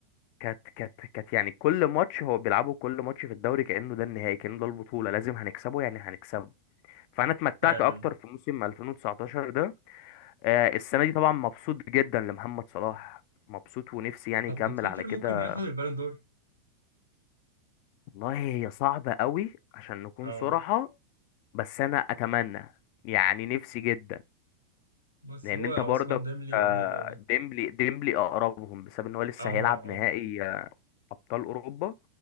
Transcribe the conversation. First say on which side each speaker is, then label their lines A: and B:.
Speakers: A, on the left; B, on the right.
A: كانت كانت كانت يعني كل ماتش هو بيلعبه كل ماتش في الدوري كأنه ده النهائي كأنه ده البطولة لازم هنكسبه يعني هنكسبه فانا اتمتعت
B: فعلا
A: اكتر في موسم 2019 ده آه، السنة دي طبعا مبسوط جدا لمحمد صلاح مبسوط ونفسي يعني
B: طب
A: يكمل
B: تفتكر
A: على كده
B: ممكن ياخد البالون دور؟
A: والله هي صعبة قوي عشان نكون
B: اه
A: صراحة بس أنا أتمنى يعني نفسي جدا
B: بس
A: لأن
B: هو
A: أنت
B: عثمان
A: برضك
B: ديملي
A: آه،
B: قريب أوي
A: ديمبلي ديمبلي أقربهم بسبب إن هو لسه
B: اه
A: هيلعب
B: اه
A: نهائي آه، أبطال أوروبا